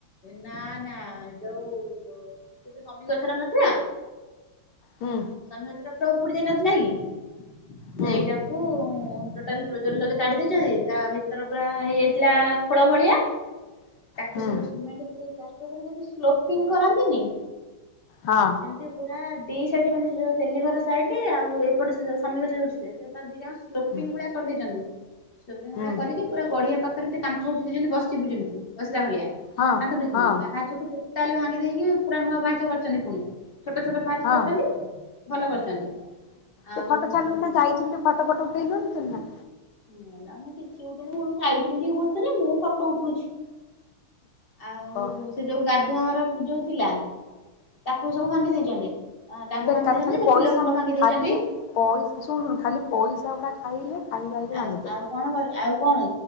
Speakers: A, on the left; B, on the left.
A: ନା ନା ଯୋଉ ସେଠି ଶନି ଗଛଟା ନଥିଲା।
B: ହୁଁ।
A: ସନି ଗଛ ଟା ପୁରା ଉପୁଡି ଯାଇ ନଥିଲା କି
B: ହୁଁ
A: ସେଇଟାକୁ ଟୋଟାଲ ଡୋଜର ଲଗେଇ ତାଡ଼ି ଦେଇଛନ୍ତି ତା ଭିତରେ ପୁରା ହେଇଯାଇଥିଲା ଖୋଳ ଭଳିଆ। ତାକୁ
B: ହୁଁ
A: ସବୁ ସିମେଣ୍ଟ ପୁରେଇ ପ୍ଲାଷ୍ଟର କରିଦେଇଛନ୍ତି ସ୍ଲୋପିଙ୍ଗ କରନ୍ତିନି।
B: ହଁ।
A: ସେମିତି ପୁରା ଦି ସାଇଡ ମାନେ ସେ ଯୋଉ ତେଲି ଘର ସାଇଡ ଆଉ ଏପଟେ ସେ ଯଉ ସମୀର ଯଉ ଉଠିଥିଲା। ଦିଜଣ ସ୍ଲୋପିଂ
B: ହୁଁ
A: ଭଳିଆ କରିଦେଇଛନ୍ତି। ଶ୍ଲୋପିଂ
B: ହୁଁ
A: ଭଳିଆ କରିକି ପୁରା ଗଡିଆ ପାଖରେ ଯେମିତି କାନ୍ଥ ଉଠେଇ ଦେଇଛନ୍ତି ଯେମିତି ବସିବୁ ଯେମିତି ବସିଲା ଭଳିଆ।
B: ହଁ
A: କାନ୍ଥ ଦେଇଛନ୍ତି
B: ହଁ
A: ପାହାଚକୁ ଟୋଟାଲି ଭାଙ୍ଗି ଦେଇକି ପୁରା ନୂଆ ପାହାଚ କରିଛନ୍ତି ପୁଣି ଛୋଟ ଛୋଟ। ପାହାଚ
B: ହଁ
A: କରିଛନ୍ତି ଭଲ କରିଛନ୍ତି। ଆଉ
B: ସେ ଫଟୋ ଛାଡୁନୁ ନା ଯାଇଥିଲୁ ଟିକେ ଫଟୋ ଫଟୋ ଉଠେଇଲୁ ନା।
A: ମଲା ମୁଁ କିଛି ଉଠେଇନି ମୁ ନାଇଟି ପିନ୍ଧି ବୁଲୁଥିଲି ମୁଁ ଫଟୋ ଉଠୋଉଛି। ଆଉ
B: ଓହୋ
A: ସେ ଯୋଉ ଗାଧୁଆଘର ଯୋଉ ଥିଲା। ତାକୁ ସବୁ ଭାଙ୍ଗି ଦେଇଛନ୍ତି ତାକୁ
B: ବେକାର
A: ଭାଙ୍ଗି ଦେଇଛନ୍ତି
B: ଖାଲି
A: ସେ
B: ପଇସା
A: ଫୁଲ କୁଣ୍ଡ ଭାଙ୍ଗି ଦେଇଛନ୍ତି।
B: ଖାଲି ପଇସା ଶୁଣୁ ଖାଲି ପଇସା ଗୁଡା ଖାଇଲେ। ଖାଇ ଖାଇକି
A: ଆଉ
B: ଭାଙ୍ଗିଦେଲେ
A: ଆଉ କଣ ଆଉ କଣ